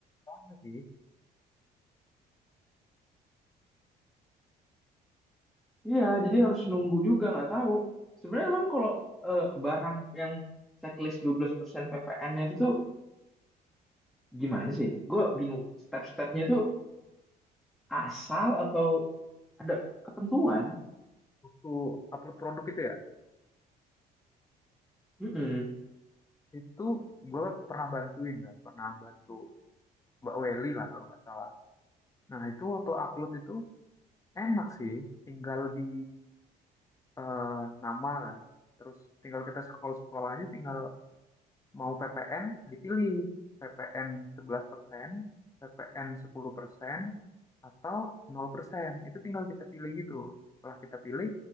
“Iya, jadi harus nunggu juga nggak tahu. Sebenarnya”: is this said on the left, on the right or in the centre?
Centre